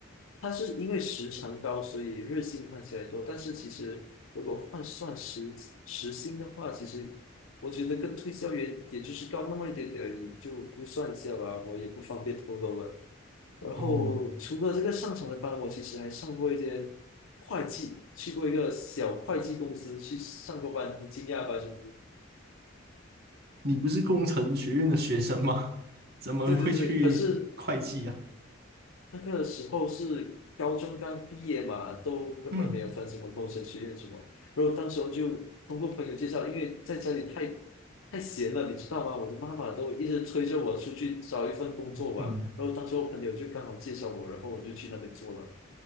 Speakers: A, on the left; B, on the right.
A: 他是因为时长高，所以日薪看起来多，但是其实如果换算时时薪的话，其实我觉得跟推销员也就是高那么一点点而已，就估算一下吧，我也不方便透露了。然后除了这个上场的班，
B: 哦，
A: 我其实还上过一间会计，去过一个小会计公司去上过班，你惊讶吧，兄弟？
B: 你不是工程学院的学生吗？<laughs> 怎么会去会计啊？
A: 对对对，可是那个时候是高中刚毕业嘛，都根本没有分什么工程学院什么。
B: 嗯
A: 然后当时候就通过朋友介绍，因为在家里太太闲了，你知道吗？我的妈妈都一直催着我出去找一份工作吧。
B: 嗯
A: 然后当时候朋友就刚好介绍我，然后我就去那边做了，